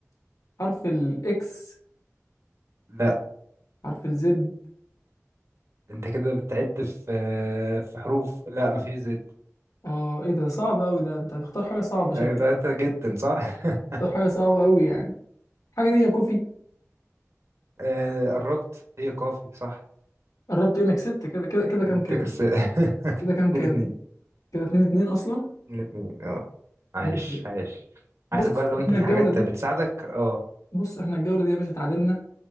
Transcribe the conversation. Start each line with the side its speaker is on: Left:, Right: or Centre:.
Left: حرف الإكس
Right: لا
Left: حرف الزد
Right: انت كده بتعد في آه، في حروف لا مفيش زد
Left: آه إيه ده صعب أوي ده أنت هتختار حاجة صعبة شكل
Right: آه، ده- ده جدا صح <laughs>
Left: اختار حاجة صعبة أوي يعني الحاجة دي يا كوفي
Right: آه، قربت هي كافي صح
Left: قربت إنك كسبت كده كده كده كام
Right: انت
Left: كام
Right: كسر <laughs>
Left: كده كام كام
Right: من الاثنين
Left: كده اتنين اتنين أصلا
Right: من الاثنين اه عايش
Left: ماشي
Right: عايش
Left: بص
Right: عايزك بقى لو انت
Left: إحنا
Right: في
Left: الجولة
Right: حاجات
Left: دي
Right: بتساعدك اه
Left: بص إحنا الجولة دي يا باشا اتعادلنا